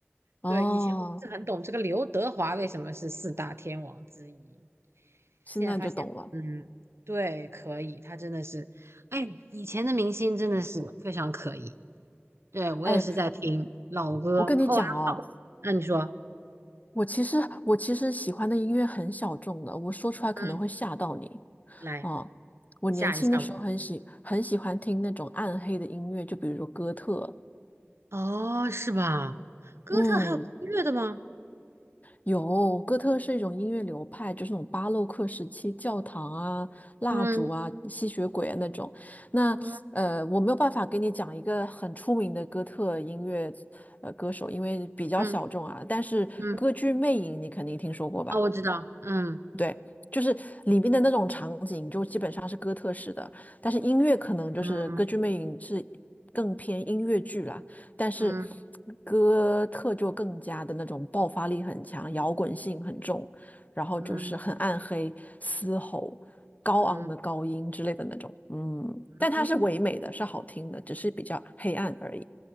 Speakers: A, on the left (about 35°); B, on the right (about 75°).
A: 哦，
B: 对，以前我不是很懂这个刘德华为什么是四大天王之一，
A: 现在就懂了。
B: 现在发现，嗯，对，可以，他真的是，哎，以前的明星真的是非常可以。对，我也是在听老歌哦，
A: 哎，我跟你讲哦。
B: 然后那你说，
A: 我其实我其实喜欢的音乐很小众的，我说出来可能会吓到你
B: 嗯，来
A: 啊。我年轻的时候很喜很喜欢听那种暗黑的音乐，
B: 吓一吓我。
A: 就比如说哥特。
B: 哦，是吧？哥特还有音乐的吗？
A: 嗯，有，哥特是一种音乐流派，就是那种巴洛克时期教堂啊、蜡烛啊、
B: 嗯
A: 吸血鬼啊那种。那呃，
B: 嗯，
A: 我没有办法给你讲一个很出名的哥特音乐呃歌手，因为比较小众啊。
B: 嗯
A: 但是歌剧《魅影》你肯定听说过吧？
B: 嗯，啊，我知道，嗯
A: 对，就是里面的那种场景，就基本上是哥特式的，但是音乐可能就是《歌剧魅影》是更偏音乐剧啦，
B: 嗯
A: 但是
B: 嗯
A: 哥特就更加的那种爆发力很强，摇滚性很重，然后就是很暗黑、
B: 嗯
A: 嘶吼、高昂的高音之类的那种，
B: 嗯
A: 嗯，但它是唯美的，
B: 嗯，
A: 是好听的，只是比较黑暗而已。